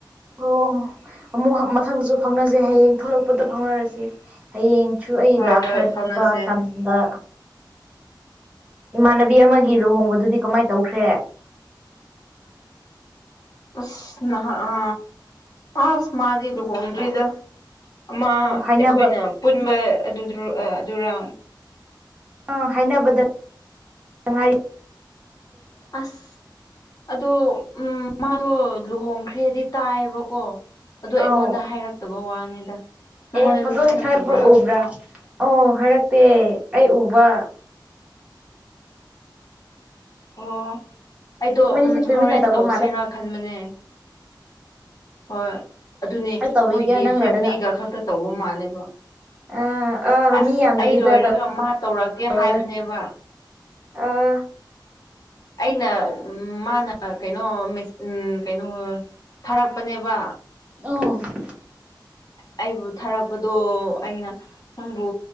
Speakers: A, on the right (about 15°); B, on the left (about 50°).
A: ꯑꯣ ꯑꯃꯨꯛ ꯃꯊꯪꯁꯨ ꯐꯥꯎꯅꯖꯩ ꯍꯌꯦꯡ ꯊꯣꯛꯂꯛꯄꯗ ꯐꯥꯎꯅꯔꯁꯤꯦ ꯍꯌꯦꯡꯁꯨ ꯑꯩ
B: ꯍꯣꯏ
A: ꯂꯥꯛꯈ꯭ꯔꯅꯦꯕ
B: ꯍꯣꯏ ꯐꯥꯎꯅꯁꯦ
A: ꯑ ꯗ ꯏꯃꯥꯟꯅꯕꯤ ꯑꯃꯒꯤ ꯂꯨꯍꯣꯡꯕꯗꯨꯗꯤ ꯀꯃꯥꯏꯅ ꯇꯧꯈ꯭ꯔꯦ
B: ꯑꯁ ꯅꯍ ꯑ ꯑꯁ ꯃꯥꯗꯨ ꯍꯣꯡ꯭ꯔꯔꯤꯗ ꯑꯃ
A: ꯑꯣ ꯍꯥꯏꯅꯕ
B: ꯑꯩꯈꯣꯏꯅ ꯄꯨꯟꯕ ꯑꯗꯨꯔ
A: ꯑꯥ ꯍꯥꯏꯅꯕꯗꯥꯏꯔꯤ
B: ꯑꯁ ꯑꯗꯣ ꯎꯝ ꯃꯥꯗꯣ ꯂꯨꯍꯣꯡꯈ꯭ꯔꯦꯗꯤ ꯇꯥꯏꯌꯦꯕꯀꯣ ꯑꯗꯣ ꯑꯩꯉꯣꯟꯗ
A: ꯑꯥꯎ
B: ꯍꯥꯏꯔꯛꯇꯕ ꯋꯥꯅꯤꯗ ꯅꯪꯉꯣꯟꯗꯁꯨ
A: ꯑꯦ ꯐꯣꯇꯣꯗꯤ
B: ꯍꯥꯏꯔꯛꯇꯕ꯭ꯔꯥ
A: ꯊꯥꯒꯠꯄ ꯎꯕ꯭ꯔꯥ ꯑꯣ ꯍꯥꯏꯔꯛꯇꯦ ꯑꯩ ꯎꯕ
B: ꯑꯣ ꯑꯩꯗꯣ
A: ꯃꯣꯏꯅꯤꯁꯦ
B: ꯎꯝ
A: ꯇꯨꯃꯤꯟꯅ
B: ꯍꯣꯔꯦꯟ
A: ꯇꯧꯕ
B: ꯇꯧꯁꯦꯔꯥ
A: ꯃꯥꯜꯂꯦ
B: ꯈꯟꯕꯅꯦ ꯍꯣꯏ ꯑꯗꯨꯅꯤ
A: ꯇꯧꯏꯒꯦ
B: ꯃꯣꯏꯒꯤ
A: ꯅꯪ
B: ꯐꯦꯃꯤꯂꯤꯒ
A: ꯂꯣꯏꯔꯒ
B: ꯈꯛꯇ ꯇꯧꯕ ꯃꯥꯜꯂꯦꯕ
A: ꯑꯥ ꯑꯥ
B: ꯑꯁ
A: ꯃꯤ ꯌꯥꯝꯗꯕꯤꯗ
B: ꯑꯩ ꯂꯣꯏꯔꯒ ꯃꯥ ꯇꯧꯔꯛꯀꯦ
A: ꯇꯧꯕꯗ
B: ꯍꯥꯏꯕꯅꯦꯕ
A: ꯑꯥ
B: ꯑꯩꯅ ꯎ ꯃꯥꯅ ꯀꯩꯅꯣ ꯎꯝ ꯀꯩꯅꯣ ꯊꯥꯔꯛꯄꯅꯦꯕ
A: ꯑ
B: ꯑꯩꯕꯨ ꯊꯥꯔꯛꯄꯗꯣ ꯑꯩꯅ ꯅꯪꯕꯨ